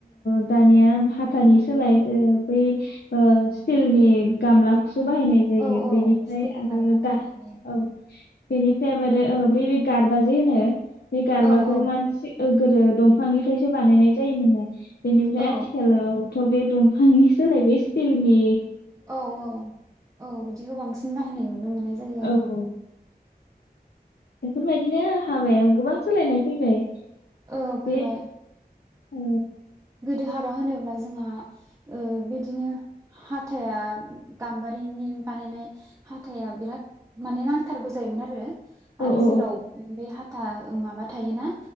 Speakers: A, on the left; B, on the right.
A: दानिया हाथानि सोलाय बै स्टिलनि गामला खौ बाहायनाय जायो
B: औ औ
A: बेनिफ्राय
B: स्टेडिगाम
A: आरो
B: ना मा
A: दा
B: होनो बेयो
A: औ बेनिफ्राय आरो बै गारबा जैनो। बे गारबाखौ
B: औ औ
A: मसे। ओ गोदो दंफांनिफ्रायसो बानायनाय जायोमोन न बेनिफ्राय
B: औ
A: आथिखालाव थ' बे दंफांनि सोलाय बे स्टिलनि
B: औ औ औ। बिखौ बांसिन बाहायनाय नुनो मोननाय जायो
A: औ
B: आरो।
A: औ बेफोरबायदिनो हाबायाव गोबां सोलायनाय फैबाय।
B: औ
A: बे
B: फैबाय।
A: ओ।
B: बिदि हाबा होनोब्ला जोंहा ओ बिदिनो हाथाइा गाम्बारिनि बानायनाय हाथाइा बिराद माने नांथारगौ जायोमोन आरो
A: औ
B: आरो
A: औ
B: जेराव बे हा था माबा थायोना